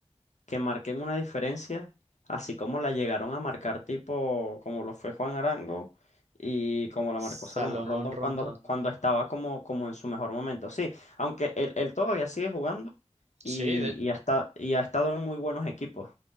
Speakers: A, on the left; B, on the right.
A: que marquen una diferencia, así como la llegaron a marcar tipo como lo fue Juan Arango y como la
B: Salomón
A: marcó Salomón Rondón
B: Rondón,
A: cuando, cuando
B: ¿no?
A: estaba como, como en su mejor momento. Sí, aunque él, él todavía sigue jugando y,
B: Sí, de,
A: y, ha esta- y ha estado en muy buenos equipos.